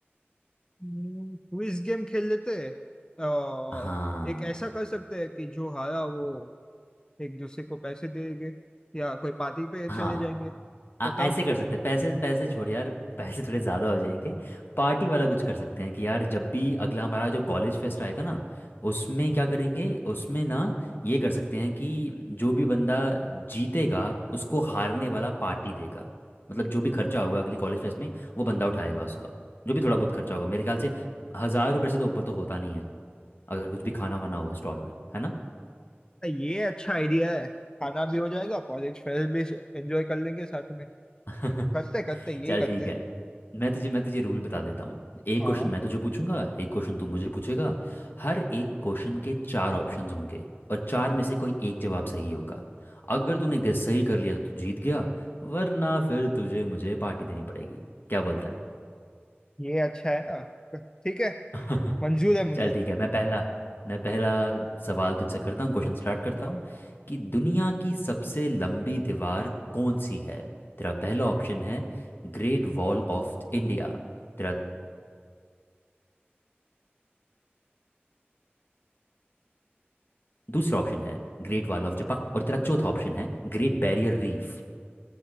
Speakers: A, on the left; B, on the left.
A: क्विज गेम खेल लेते हैं और
B: हाँ
A: एक ऐसा कर सकते हैं कि जो हारा वो एक दूसरे को पैसे देंगे या कोई पार्टी पे
B: हाँ
A: चले जाएंगे
B: आ,
A: बताओ
B: ऐसे कर सकते हैं पैसे पैसे छोड़ यार पैसे थोड़े ज़्यादा हो जाएंगे पार्टी वाला कुछ कर सकते हैं कि यार जब भी अगला हमारा जो कॉलेज फेस्ट आएगा ना उसमें क्या करेंगे उसमें ना ये कर सकते हैं कि जो भी बंदा जीतेगा उसको हारने वाला पार्टी देगा मतलब जो भी खर्चा होगा अगली कॉलेज फेस्ट में वो बंदा उठाएगा उसका जो भी थोड़ा बहुत खर्चा होगा मेरे ख्याल से हज़ार रुपये से तो ऊपर तो होता नहीं है अगर कुछ भी खाना वाना हो स्टॉल में है ना
A: ये अच्छा आइडिया है खाना भी हो जाएगा कॉलेज फेयर भी एंजॉय कर लेंगे साथ में
B: <laughs>
A: करते करते यही
B: चल
A: करते
B: ठीक
A: हैं।
B: है मैं तुझे मैं तुझे रूल बता देता हूँ एक
A: हाँ
B: क्वेश्चन मैं तुझे पूछूंगा एक क्वेश्चन तू मुझे पूछेगा हर एक क्वेश्चन के चार ऑप्शंस होंगे और चार में से कोई एक जवाब सही होगा अगर तूने गेस सही कर लिया तो तू जीत गया वरना फिर तुझे मुझे पार्टी देनी पड़ेगी क्या बोलता
A: ये अच्छा है ना ठीक है
B: है
A: मंजूर
B: <laughs>
A: है मुझे
B: चल ठीक है मैं पहला मैं पहला सवाल तुझसे करता हूँ क्वेश्चन स्टार्ट करता हूँ कि दुनिया की सबसे लंबी दीवार कौन सी है तेरा पहला ऑप्शन है ग्रेट वॉल ऑफ इंडिया तेरा दूसरा ऑप्शन है ग्रेट वॉल ऑफ जापान और तेरा चौथा ऑप्शन है great barrier reef